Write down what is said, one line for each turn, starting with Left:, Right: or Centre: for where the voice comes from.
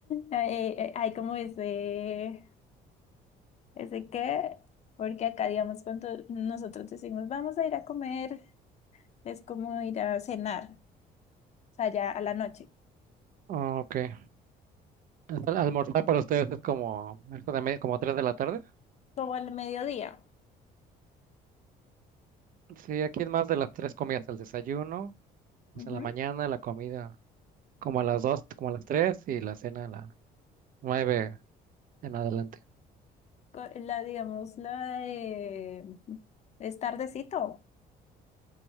Left: eh, eh, hay como ese, ese qué, porque acá, digamos, cuando nosotros decimos vamos a ir a comer, es como ir a cenar, o sea, ya a la noche,
Right: ok. Entonces, Almorzar para ustedes es como, esto de me- como 3 de la tarde.
Left: como al mediodía.
Right: Sí, aquí es más de las tres comidas, el desayuno, o
Left: Ujú.
Right: sea, la mañana, la comida como a las 2, como a las 3 y la cena a las 9 en adelante.
Left: Co- La, digamos, la de es tardecito.